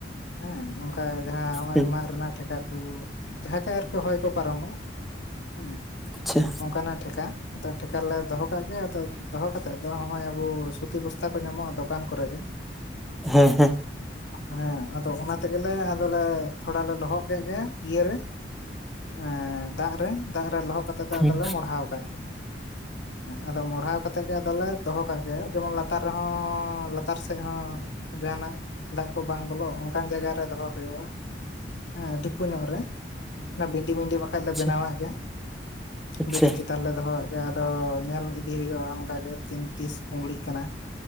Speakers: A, on the left (about 80°); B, in the centre.
A: ᱦᱮᱸ ᱚᱝᱠᱟ ᱡᱟᱦᱟᱸ ᱦᱚᱸᱜ-ᱚᱭ
B: ᱦᱮᱸ
A: ᱢᱟᱜ ᱨᱮᱱᱟᱜ ᱴᱷᱮ <unintelligible> ᱟᱨᱠᱤ ᱦᱚᱭ ᱠᱚ ᱯᱟᱨᱚᱢᱚᱜ ᱦᱮᱸ᱾
B: ᱟᱪᱪᱷᱟ
A: ᱚᱱᱠᱟᱱᱟᱜ ᱴᱷᱮᱠᱟ ᱟᱫᱚ ᱴᱷᱮᱠᱟ ᱨᱮᱞᱮ ᱫᱚᱦᱚ ᱠᱟᱜ ᱜᱮ, ᱟᱫᱚ ᱫᱚᱦᱚ ᱠᱟᱜ ᱠᱟᱛᱮᱫ ᱫᱚ ᱦᱚᱜᱼᱚᱭ, ᱟᱵᱚ ᱥᱩᱛᱤ ᱵᱚᱥᱛᱟ ᱠᱚ ᱧᱟᱢᱚᱜᱼᱟ, ᱫᱚᱠᱟᱱ ᱠᱚᱨᱮ ᱜᱮ
B: ᱦᱮᱸ, ᱦᱮᱸ᱾
A: ᱦᱮᱸ ᱟᱫᱚ ᱚᱱᱟ ᱛᱮᱜᱮᱞᱮ, ᱟᱫᱞᱮ ᱛᱷᱚᱲᱟ ᱞᱮ ᱞᱚᱦᱚᱫ ᱠᱮᱫ ᱜᱮ ᱤᱭᱟᱹᱨᱮ ᱮ ᱫᱟᱜ ᱨᱮ, ᱫᱟᱜ ᱨᱮ ᱞᱚᱦᱚᱜ ᱠᱟᱛᱮ
B: ᱦᱮᱸ
A: ᱫᱚ ᱟᱫᱚᱞᱮ ᱢᱚᱲᱦᱟᱣ ᱠᱟᱜ ᱜᱮᱸ, ᱟᱫᱚ ᱢᱚᱲᱦᱟᱣ ᱠᱟᱛᱮ ᱠᱟᱛᱮᱫ ᱜᱮ ᱟᱫᱚᱞᱮ ᱫᱚᱦᱚ ᱠᱟᱜ ᱜᱮᱭᱟ, ᱡᱮᱢᱚᱱ ᱞᱟᱛᱟᱨ ᱨᱮᱦᱚᱸ, ᱞᱟᱛᱟᱨ ᱥᱮᱫ ᱦᱚᱸ ᱡᱟᱦᱟᱱᱟᱜ ᱫᱟᱜ ᱠᱚ ᱵᱟᱝ ᱵᱚᱞᱚᱜ ᱚᱱᱠᱟᱱ ᱡᱟᱭᱜᱟ ᱨᱮ ᱫᱚᱦᱚ ᱦᱳᱭᱳᱜᱼᱟ᱾ ᱮ ᱰᱷᱤᱯᱩ ᱧᱚᱜ ᱨᱮ᱾ ᱚᱱᱟ ᱵᱷᱤᱱᱰᱤ, ᱵᱷᱤᱱᱰᱤ ᱵᱟᱠᱷᱟᱡ ᱞᱮ
B: ᱟᱪᱪᱷᱟ
A: ᱵᱮᱱᱟᱣᱟᱜ ᱜᱮ,
B: ᱟᱪᱪᱷᱟ
A: ᱵᱷᱤᱱᱰᱤ ᱪᱤ ᱞᱟᱛᱟᱨ ᱞᱮ ᱫᱚᱦᱚᱟᱜ ᱜᱮ ᱟᱫᱚ ᱧᱮᱞ ᱤᱫᱤ ᱦᱩᱭᱩᱜᱼᱟ, ᱚᱱᱠᱟᱜᱮ ᱛᱤᱱ ᱛᱤᱥ ᱯᱩᱝᱲᱤᱜ ᱠᱟᱱᱟ᱾